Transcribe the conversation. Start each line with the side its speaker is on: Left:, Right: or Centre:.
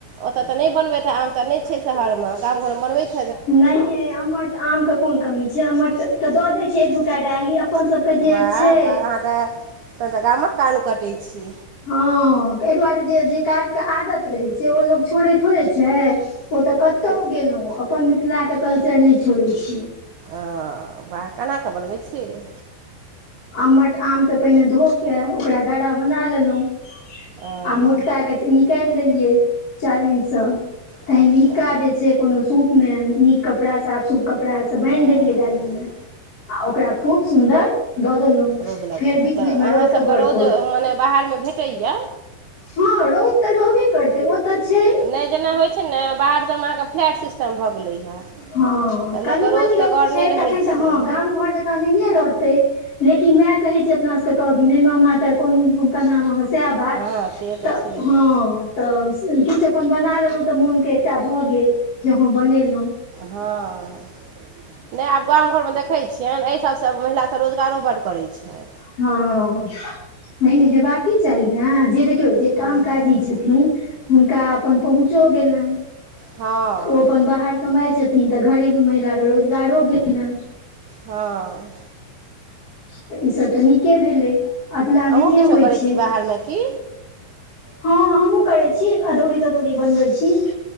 Right: ओतय तऽ नहि बनबैत रह आम तऽ नहि छै शहरमे गाम घरमे बनबैत छी
Left: नहि अमट आमके कोन कमी छै अमट तऽ दऽ दैत छियै एक दू टा डाली अपन सबके जे
Right: वाह
Left: छै
Right: वाह अहाँ तऽ त तऽ गामक कान कटै छी
Left: हँ एहि दुआरे जे जे काजके आदत रहैत छै ओ लोक छोड़ै थोड़ै छै ओ तऽ कतहु
Right: से
Left: गेलहुँ अपन मिथिलाके कल्चर नहि छोड़ैत छियै
Right: ओ वाह केना कऽ बनबै छियै
Left: आमट आम के पहिने धोक के ओकरा गड़ा बना लेलहुँ
Right: ओ
Left: आ मोटका के निकालि देलियै चालनि सँ तहिन
Right: अच्छा
Left: मिहिका जे छै कोनो सूप मे नीक कपड़ा साफ सूप कपड़ा सँ बान्हि
Right: हँ
Left: देलियै डाली मे आ ओकरा खूब सुन्दर दऽ देलहुँ
Right: रोद लगेलहु
Left: फेर बीच
Right: तऽ
Left: बीच मे
Right: अहाँसभकेँ
Left: रौद के घर
Right: रोद
Left: पर
Right: मने बाहर मे भेटैए
Left: हँ रौद तऽ रहबे करतै ओ तऽ छै
Right: नहि जेना होइत छै ने बाहर सभमे अहाँके फ्लैट सिस्टम भऽ गेलै हेँ
Left: हँ
Right: तऽ
Left: कनि
Right: लोकके
Left: मनी
Right: रौदके
Left: रौद
Right: गौर
Left: छै
Right: नहि रहैत
Left: तखन
Right: छै
Left: तऽ हँ गाम घर जकाँ नहिए रहतै लेकिन वएह कहे छै अपना सबके कहबी नहि मामा त कन्हा मामा सैह बात
Right: हँ से
Left: तऽ
Right: छैहे
Left: ह तऽ किछु अपन बना लेलहुँ तऽ मोनके एकटा भऽ गेल जे हँ बनेलहुँ
Right: हँ नहि आब गाम घर मे देखैत छियनि एहि सभसँ महिला रोजगारो बड़ करैत छथि
Left: हँ नहि नहि हेबाके चाही ने जे देखियौ जे
Right: हँ
Left: काम काजी छथिन हुनका अपन पहुँचो गेलनि
Right: हँ
Left: तऽ ओ अपन बाहर कमाइ छथिन तीन तऽ घरेलू महिलाक केँ रोजगारो भेटलनि
Right: हँ
Left: तऽ ईसभ तऽ नीके भेलै अदला नहिए
Right: अहूँ किछो
Left: होइ
Right: करै
Left: छै
Right: छी बाहरमे कि
Left: हँ हमहुँ करै छी अदौरी तदौरी बनबै छी